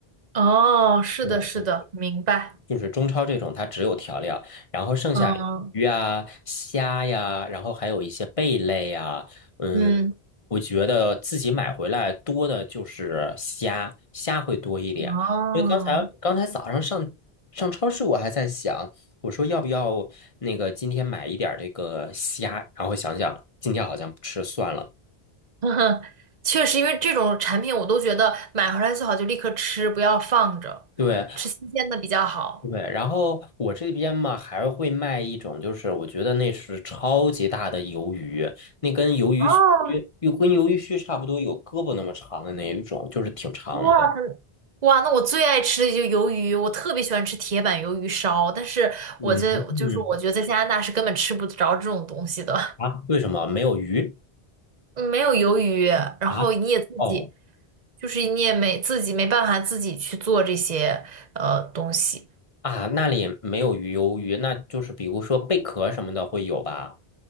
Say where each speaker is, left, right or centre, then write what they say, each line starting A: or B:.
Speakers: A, on the right; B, on the left.
A: 哦，是的，
B: 对对。
A: 是的，明白。
B: 就是中超这种，它只有调料，然后剩下鱼啊、
A: 嗯
B: 虾呀，然后还有一些贝类啊，嗯，
A: 嗯，
B: 我觉得自己买回来多的就是虾，虾会多一点。
A: 哦，
B: 因为刚才刚才早上上上超市，我还在想，我说要不要那个今天买一点儿这个虾，然后想想今天好像不吃算了。
A: <laughs> 确实，因为这种产品我都觉得买回来最好就立刻吃，不要放着，
B: 对，
A: 吃新鲜的比较好。
B: 对，然后我这边嘛还会卖一种，就是我觉得那是超级大的鱿鱼，那跟鱿鱼须
A: 哦，
B: 又跟鱿鱼须差不多，有胳膊那么长的那一种，就是挺长的。
A: 哇，很哇，那我最爱吃的就是鱿鱼，我特别喜欢吃铁板鱿鱼烧，但是我这就是我觉得在加拿大是根本吃不着这种东西的，
B: 嗯嗯啊，为什么没有鱼
A: 嗯没有鱿鱼，然后你也自己
B: 啊？哦
A: 就是你也没自己没办法自己去做这些呃东西。
B: 啊，那里没有鱼鱿鱼，那就是比如说贝壳什么的会有吧？